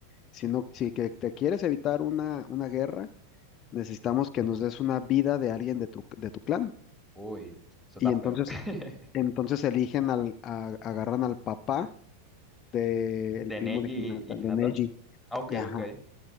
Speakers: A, on the left (about 30°); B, in the centre.
A: si no, si que te quieres evitar una, una guerra, necesitamos que nos des una vida de alguien de tu, de tu clan.
B: Uy, eso
A: Y
B: está
A: entonces,
B: feo. <laughs>
A: entonces eligen al, a- agarran al papá del
B: ¿De
A: primo
B: Neji
A: de Hinata,
B: y
A: de
B: Hinata?
A: Neji,
B: Ah, ok,
A: y ajá,
B: ok.